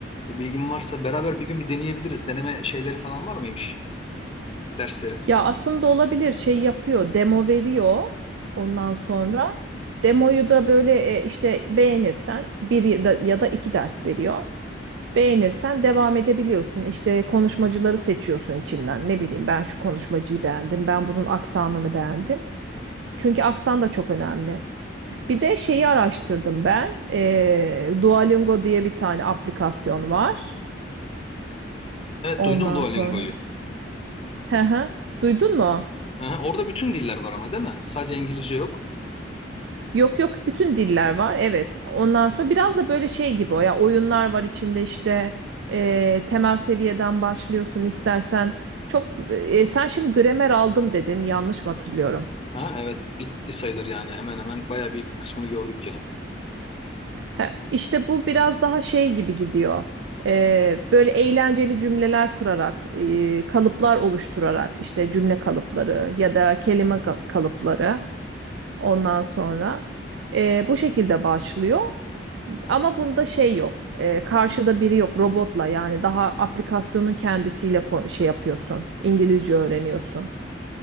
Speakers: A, on the left; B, on the right.
A: e, bilgin varsa beraber bir gün bir deneyebiliriz. Deneme şeyleri falan var mıymış dersleri?
B: Ya aslında olabilir şey yapıyor demo veriyor ondan sonra demoyu da böyle e, işte beğenirsen bir ya da, ya da iki ders veriyor. Beğenirsen devam edebiliyorsun işte konuşmacıları seçiyorsun içinden ne bileyim ben şu konuşmacıyı beğendim ben bunun aksanını beğendim. Çünkü aksan da çok önemli. Bir de şeyi araştırdım ben E, Duolingo diye bir tane aplikasyon var
A: Evet
B: ondan
A: duydum Duolingo'yu.
B: sonra. <laughs> Hı hı. Duydun mu?
A: Aha, orada bütün diller var ama değil mi? Sadece İngilizce yok.
B: Yok yok bütün diller var evet ondan sonra biraz da böyle şey gibi o ya oyunlar var içinde işte e, temel seviyeden başlıyorsun istersen çok e, sen şimdi gramer aldım dedin yanlış mı hatırlıyorum?
A: Ha, evet bitti sayılır yani. Hemen hemen bayağı bir, bir kısmını gördük ya.
B: He, işte bu biraz daha şey gibi gidiyor E, böyle eğlenceli cümleler kurarak e, kalıplar oluşturarak işte cümle kalıpları ya da kelime ka- kalıpları ondan sonra e, bu şekilde başlıyor. Ama bunda şey yok. e, karşıda biri yok robotla yani daha aplikasyonun kendisiyle kon- şey yapıyorsun. İngilizce öğreniyorsun.